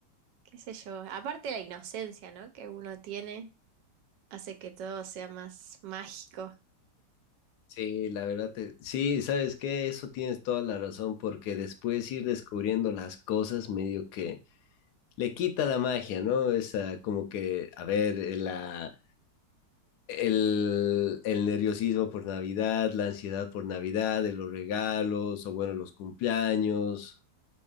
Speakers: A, on the right (about 75°); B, on the left (about 70°).
A: qué sé yo. Aparte la inocencia, ¿no? Que uno tiene hace que todo sea más mágico.
B: Sí, la verdad, te- sí, ¿sabes qué? Eso tienes toda la razón porque después ir descubriendo las cosas medio que le quita la magia, ¿no? Esa como que, a ver, eh, la... El, el nerviosismo por Navidad, la ansiedad por Navidad, de los regalos o bueno, los cumpleaños